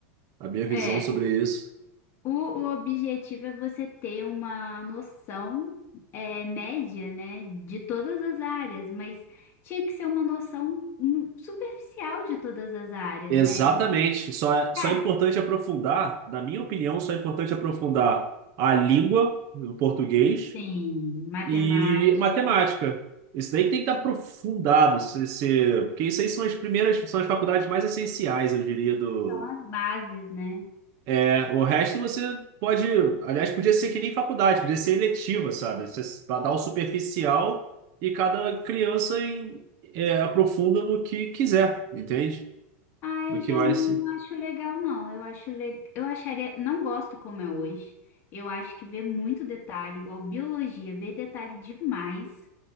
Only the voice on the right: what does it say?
A minha
visão sobre
isso.
Exatamente.
Só é, só
é importante aprofundar, na minha opinião, só é importante aprofundar a língua, o português
E matemática. Isso daí que tem que estar aprofundado, se, se- porque isso aí são as primeiras, são as faculdades mais essenciais, eu diria, do...
É, o resto você pode... Aliás, podia ser que nem faculdade, podia ser eletiva, sabe? Você s- dá o superficial e cada criança em- é, aprofunda no que quiser, entende?
No que
mais...
se-